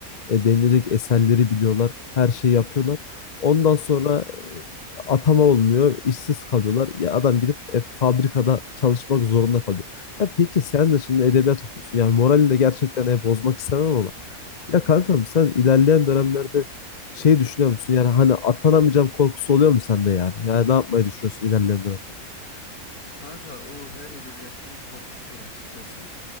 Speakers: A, on the left (about 40°); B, on the left (about 75°).
A: e, denilecek eserleri biliyorlar. Her şeyi yapıyorlar. Ondan sonra e, atama olmuyor. işsiz kalıyorlar. Ya adam gidip e, fabrikada çalışmak zorunda kalıyor. Ya
B: Hmm.
A: peki sen de şimdi edebiyat okuyorsun. Yani moralini de gerçekten e, bozmak istemem ama. Ya kankam sen ilerleyen dönemlerde şey düşünüyor musun? Yani hani atanamayacağım korkusu oluyor mu sende yani? Yani ne yapmayı düşünüyorsun ilerleyen dönemlerde?
B: Kanka o her edebiyatçının korkusudur açıkçası.